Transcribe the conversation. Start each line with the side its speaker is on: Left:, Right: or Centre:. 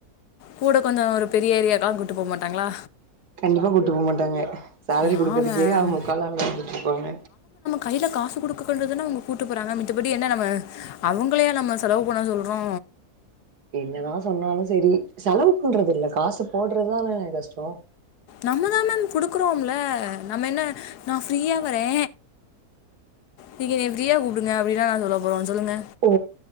Left: கூட கொஞ்சோ ஒரு பெரிய ஏரியாக்கல்லா கூப்புட்டு போக மாட்டாங்களா
Right: கண்டிப்பா கூப்புட்டு போக மாட்டாங்க சேலரி
Left: யா
Right: குடுக்கறதுக்கே
Left: மேம்
Right: அவுங்க முக்கால அழுதுட்டு இருப்பாங்க
Left: கையில காசு குடுக்கன்றதுன்னா அவுங்க கூட்டு போறாங்க மித்தபடி என்ன நம்ம அவுங்களயா நம்ம செலவு பண்ண சொல்றோ
Right: என்னதா சொன்னாலு செரி செலவு பண்றது இல்லை காசு போடுறதுதானே கஷ்டோ
Left: நம்ம தான் மேம் குடுக்குறோம்ல நம்ம என்ன நா ஃப்ரீயா வரே நீங்க என்ன ஃப்ரீயா கூப்டுங்க அப்டினா சொல்ல போறோ சொல்லுங்க
Right: ஓ